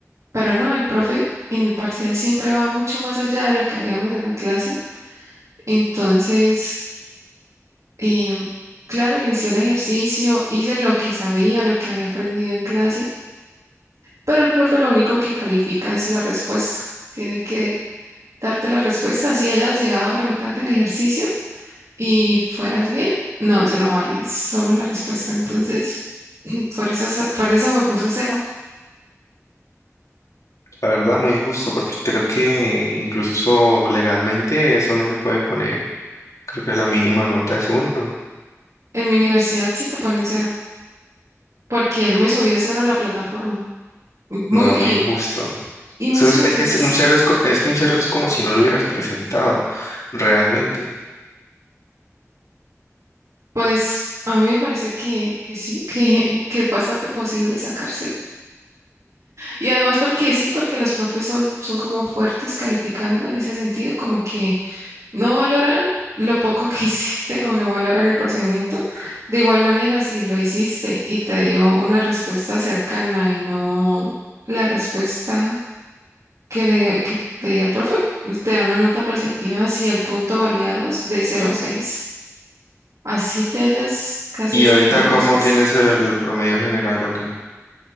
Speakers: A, on the right; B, on the left.
A: pero no, el profe en el parcial siempre va mucho más allá de lo que veíamos en la clase. Entonces, em, claro, inicié el ejercicio, hice lo que sabía, lo que había aprendido en clase, pero el profe lo único que califica es la respuesta. Tiene que darte la respuesta, así hayas llegado a la mitad del ejercicio y fueras bien. No, eso no vale, es solo la respuesta. Entonces... <laughs> Por eso, se- por eso me puso cero.
B: La verdad, muy injusto, porque creo que incluso legalmente eso no se puede poner. Creo que la mínima nota es uno.
A: En mi universidad sí te ponen cero, porque él me subió cero a la plataforma. Muy-
B: No,
A: y,
B: muy injusto.
A: y muchos
B: Eso es,
A: amigos,
B: es que es un cero es, co- es que un cero es como si no lo hubieras presentado, realmente.
A: pues a mí me parece que, que sí, <laughs> que, que es bastante posible sacar cero. Y además porque sí, porque los profes son, son como fuertes calificando en ese sentido, como que no valoran lo poco que <laughs> hiciste o no valoran el procedimiento. De igual manera, si lo hiciste y te dio una respuesta cercana y no la respuesta que le, que te dio el profe, te da una nota apreciativa si el punto validados de cero a seis Así te hayas casi
B: Y
A: acercado
B: ahorita,
A: a la
B: ¿cómo
A: respuesta.
B: tienes el promedio general? Ok,